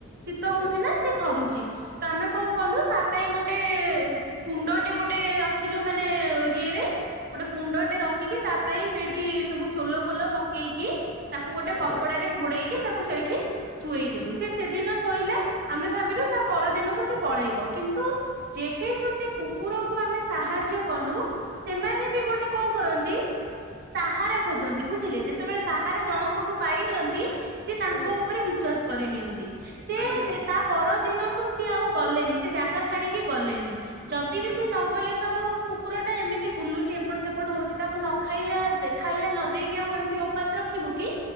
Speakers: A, on the right; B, on the left.
A: ଶୀତ ହଉଛି
B: ଆଜ୍ଞା
A: ନା ସେ ଥରୁଛି ତ ଆମେ କଣ କଲୁ ତା ପାଇଁ ଗୋଟେ ଟେ କୁଣ୍ଡଟେ ଗୋଟେ ରଖିଲୁ ମାନେ ଇଏରେ ଗୋଟେ କୁଣ୍ଡଟେ ରଖିକି ତା ପାଇଁ ସେଇଠି ସବୁ ସୋଲ ଫୋଲ ପକେଇକି ତାକୁ ଗୋଟେ
B: ଆଜ୍ଞା
A: କପଡ଼ାରେ
B: ଆଜ୍ଞା ଆଜ୍ଞା
A: ଘୋଡେଇକି ତାକୁ ସେଇଠି ଶୁଆଇଦେଲୁ ସେ ସେଦିନ ଶୋଇଲା ଆମେ ଭାବିଲୁ ତା ପରଦିନକୁ ସେ ପଳେଇବ କିନ୍ତୁ ଯେହେତୁ ସେ କୁକୁରକୁ ଆମେ ସାହାଯ୍ୟ କଲୁ ସେମାନେ ବି ଗୋଟେ କଣ କରନ୍ତି ସାହାରା ଖୋଜନ୍ତି ବୁଝିଲେ ଯେତେବେଳେ ସାହାରା ଜଣଙ୍କଠୁ ପାଇନିଅନ୍ତି। ସିଏ ତାଙ୍କ
B: ଆଜ୍ଞା
A: ଉପରେ ବିଶ୍ୱାସ୍ କରି ନିିଅନ୍ତି। ସେ
B: ଆଜ୍ଞା ଆଜ୍ଞା
A: ସେ ତା ପର ଦିନଠୁ ସିଏ ଆଉ ଗଲେନି ସେ, ଜାଗା ଛାଡିକି ଗଲେନି ଯଦି ବି
B: ଆଜ୍ଞା
A: ସେ ନ ଗଲେ ଆଉ କୁକୁର ଟା ଏମିତି ବୁଲୁଛି ଏପଟ ସେପଟ ହଉଛି ତାକୁ ନ ଖାଇଆ ଖାଇଆ ନ ଦେଇେଇକି ଆଉ ଏମତି ଉପାସ ରଖିବୁ କି?